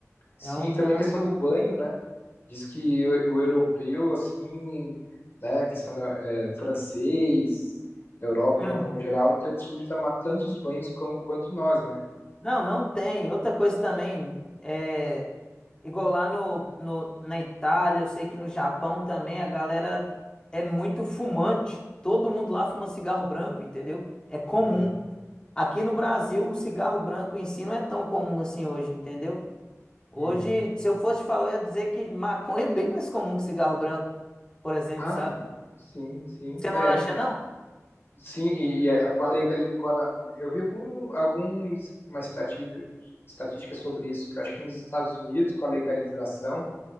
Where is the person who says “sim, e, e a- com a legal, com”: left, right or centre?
Left